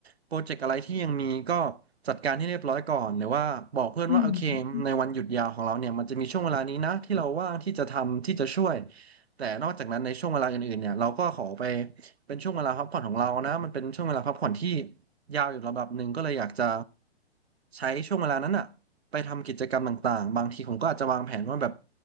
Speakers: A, on the right; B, on the left.
A: โปรเจกต์อะไรที่ยังมีก็จัดการให้เรียบร้อยก่อนหรือว่าบอกเพื่อนว่าโอเคในวันหยุดยาวของเราเนี่ยมันจะมีช่วงเวลานี้นะที่เราว่างที่จะทำที่จะช่วย
B: อืม
A: แต่นอกจากนั้นในช่วงเวลาอื่นๆเนี่ยเราก็ขอไปเป็นช่วงเวลาพักผ่อนของเรานะมันเป็นช่วงเวลาพักผ่อนที่ยาวอยู่ระดับหนึ่งก็เลยอยากจะใช้ช่วงเวลานั้นอ่ะ ไปทำกิจกรรมต่างๆบางทีผมก็อาจจะวางแผนว่าแบบ